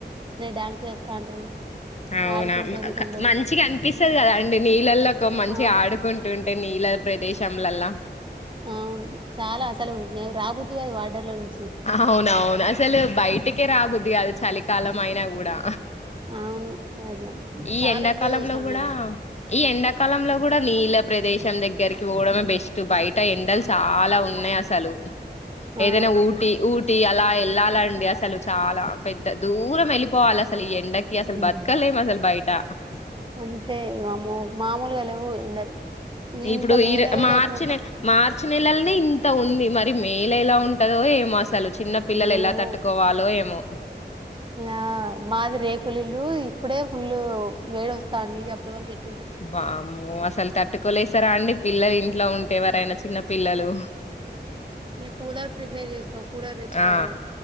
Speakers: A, on the right (about 25°); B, on the left (about 40°).
A: డాన్సులు ఏస్తాంటరు
B: అవునా
A: ఆడుకుంటరు కొందరు
B: మంచిగా అనిపిస్తుంది కదా అండి నీళ్ళల్లో మంచిగా
A: అవును
B: ఆడుకుంటుం టే నీల ప్రదేశంలలా
A: అవును చాలా అసలు రాబోదు ఏ వాడర్లోది
B: అవును అవును అసలు బయటికి రాబుద్ధి కాదు చలికాలం అయినా కూడా
A: అవును అస
B: ఈ
A: చాలా
B: ఎండాకాలంలో
A: ఎంజాయ్ చేసినాం
B: కూడా
A: మేమైతే
B: ఈ ఎండాకాలంలో కూడా నీళ్ళ ప్రదేశం దగ్గరికి పోవడమే బెస్ట్ బయట ఎండలు చాలా ఉన్నాయి అసలు
A: ఆ
B: ఏదైనా ఊ టి ఊటి అలా వెళ్ళాలండి అసలు చాలా పెద్ద దూరం వెళ్ళిపోవాలి అసలు ఈ ఎండకి అసలు
A: ఉహు.
B: బత్కాలేం అసలు బైట ట్ట
A: అంతే వామ్మో మామూలుగ లేవ్వు ఎండలు
B: ఇప్పుడు
A: ఇంకా మే
B: ఈర
A: నెలలో
B: మార్చినే
A: ఎట్లుంటదో
B: మార్ చ్చి నెలాల్నే ఇంత ఉంది, మరి మేల ఎలా ఉంటదో ఏమోసల్ సలు చిన్న పిల్లలెలా
A: ఏమో
B: తట్టుకోవాలో ఏమో?
A: ఆ మాది రేకులిల్లు ఇప్పుడే ఫుళ్ళు వేడోస్తాంది ఇగ అప్పటి వరకెట్
B: బామ్మో అసల్తట్ ట్టుకోలేస్తరా అండి పిల్లలిన్ట్లో ఉంటే ఎవరైనా చిన్న పిల్లలు?
A: ఇగ కూలర్ ప్రిపేర్ చేసుకో, కూలర్ తెచ్చుకోవాలె.
B: ఆ